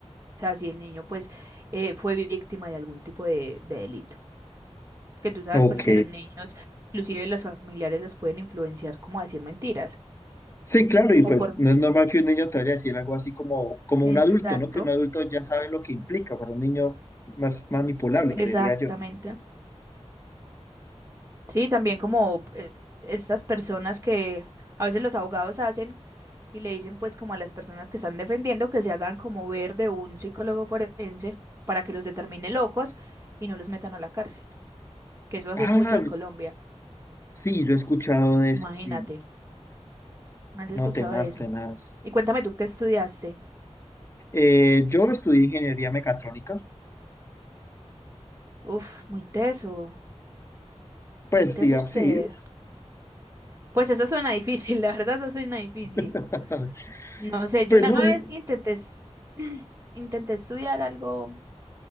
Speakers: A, on the right (about 25°); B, on the left (about 25°).
A: o sea, si el niño pues eh, fue víctima de algún tipo de, de delito, que tú sabes
B: Ok.
A: pues que los niños, inclusive los familiares los pueden influenciar como a decir mentiras
B: Sí, claro, y
A: o
B: pues
A: por...
B: no es normal que un niño te vaya a decir algo así como, como
A: Exacto,
B: un adulto, ¿no? Que un adulto ya sabe lo que implica para un niño más manipulable,
A: exactamente.
B: creería yo.
A: Sí, también como eh, estas personas que a veces los abogados hacen y le dicen pues como a las personas que están defendiendo que se hagan como ver de un psicólogo forense para que los determine locos y no los metan a la cárcel, que eso hacen
B: Ah,
A: mucho en Colombia.
B: sí, yo he escuchado de eso,
A: Imagínate,
B: sí,
A: ¿has escuchado
B: no tenaz,
A: de eso?
B: tenaz.
A: Y cuéntame tú qué estudiaste.
B: Eh, yo estudié ingeniería mecatrónica,
A: Uf, muy teso,
B: pues
A: muy teso
B: digamos,
A: usted.
B: sí,
A: Pues eso suena difícil, <laughs> la verdad eso suena difícil.
B: <laughs>
A: No sé, yo
B: pues
A: una
B: no,
A: vez
B: re-
A: intenté, es- <clears throat> intenté estudiar algo